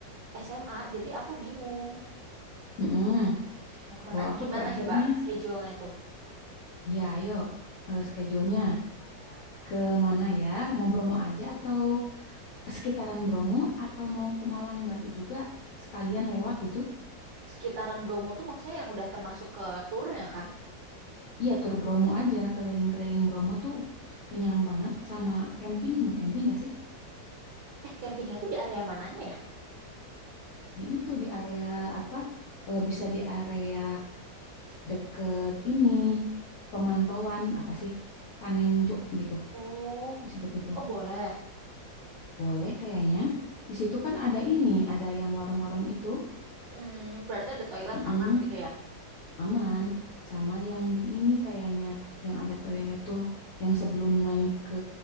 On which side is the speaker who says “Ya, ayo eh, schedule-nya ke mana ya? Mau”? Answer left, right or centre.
Left